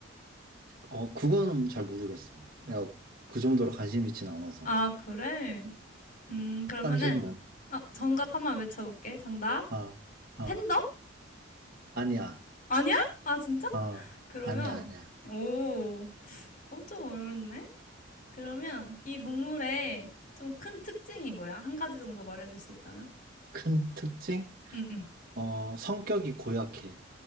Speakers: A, on the right (about 45°); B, on the left (about 40°).
A: 어, 그거는 잘 모르겠어. 내가 그 정도로 관심 있진 않아서.
B: 아, 그래? 음, 그러면은
A: 딴 질문.
B: 어, 정답 한번 외쳐볼게. 정답.
A: 아, 아,
B: 팬더?
A: 아니야.
B: 아니야? 아, 진짜?
A: 어,
B: 그러면
A: 아니야, 아니야.
B: 오, 어, 좀 어렵네. 그러면 이 동물의 좀 큰 특징이 뭐야? 한 가지 정도 말해줄 수 있다면?
A: 큰 특징?
B: 응, 응.
A: 어, 성격이 고약해.